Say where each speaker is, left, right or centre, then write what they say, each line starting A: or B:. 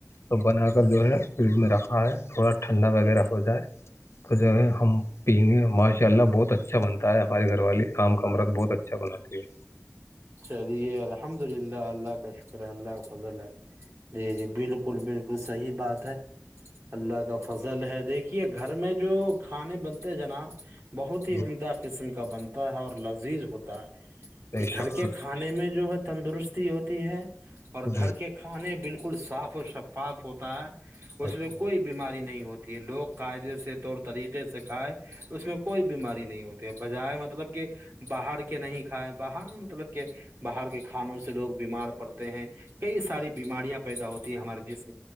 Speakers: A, on the left; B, on the right.
A: تو بنا کر جو ہے فریج میں رکھا ہے تھوڑا ٹھنڈا وغیرہ ہو جائے تو جو ہے ہم پینے ماشاء اللہ بہت اچھا بنتا ہے ہماراری گھر والی کام کامرد بہت اچھا اچھا بنااتتی ہے
B: چلیے الحمد للہ اللہ کا شکر ہے اللہ کا فضل ہے جی جی بالکل بالکل صحیح بات ہے اللہ کا فضل ہے دیکھیے گھر میں جو کھانے بنتے ہیں جناب بہت
A: ہے
B: ہی عمدہ
A: جی
B: قسم کا بنتا ہے اور لذیذ ہوتا ہے
A: بے
B: کہ
A: شک
B: گھر کے کھانے میں جو ہے تندرستی ہوتی ہے اور
A: جی
B: گھر کے کھانے بالکل صاف اور شفاف ہوتا ہے
A: الحمد
B: اس میں
A: للہ
B: کوئی بیماری نہیں ہوتی ہے لوگ قاعدے سے طور طریقے سے کھائے اس میں کوئی بیماری نہیں ہوتی بجائے مطلب کہ باہر کے نہیں کھائے باہر میں مطلب کہ باہر کے کھانوں سے لوگ بیمار پڑتے ہیں کئی ساری بیماریاں پیدا ہوتی ہے ہماراری جس